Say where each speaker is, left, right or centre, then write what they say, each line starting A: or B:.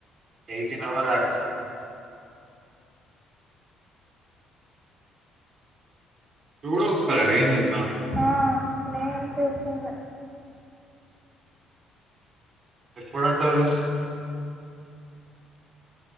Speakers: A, on the right; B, on the right.
A: ఎయిటిన్ అవర్ రకాల ఫోన్ ఉండే చూడూ ఒకసారి నిన్
B: ఆ నేను చూసిందే
A: ఎప్పుడు అంట అది